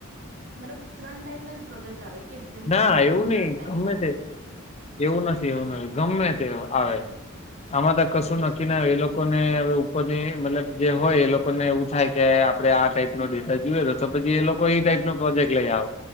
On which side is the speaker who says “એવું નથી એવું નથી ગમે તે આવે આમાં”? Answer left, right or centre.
Left